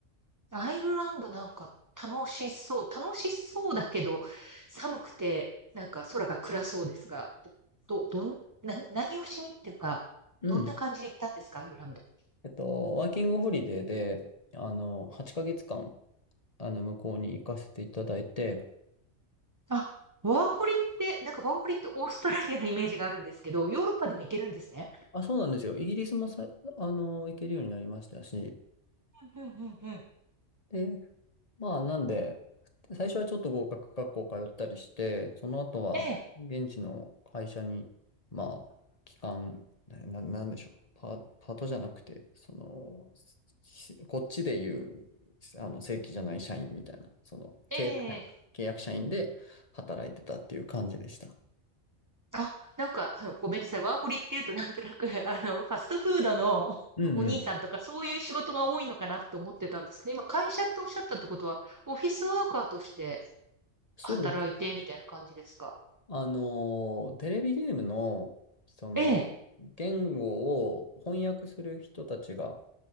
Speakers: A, on the right (about 15°); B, on the left (about 30°).
A: アイルランドなんか楽しそう。楽しそうだけど、寒くて、なんか空が暗そうですが、ど、どん、な、何をしにっていうか、
B: うん。
A: どんな感じで行ったんですか、アイルランド。
B: えっと、ワーキングホリデーで、あの、8ヶ月間、あの、向こうに行かせていただいて、
A: あ、ワーホリって、なんかワーホリってオーストラリアのイメージがあるんですけど、ヨーロッパでも行けるんですね。
B: あ、そうなんですよ。イギリスもさ、あの、行けるようになりましたし、
A: うんうんうんうん。
B: で、まあ、なんで、最初はちょっと合格学校通ったりして、その後は現地の会社に、
A: ええ、
B: まあ、期間、な、ななんでしょう、パ、パートじゃなくて、その、しこっちでいう、あの、正規じゃない社員みたいな、その、
A: ええ。
B: 契約社員、契約社員で働いてたっていう感じでした。
A: あ、なんか、あの、ごめんなさい。ワーホリっていうとなんとなく、<laughs> あの、ファストフードのお兄さんとかそういう仕事が多いのかなって思ってたんですけど、
B: うんうん。
A: 今会社っておっしゃったってことは、オフィスワーカーとして
B: そうです。
A: 働いてみたいな感じですか
B: あの、テレビゲームの、その、
A: ええ。
B: 言語を翻訳する人たちが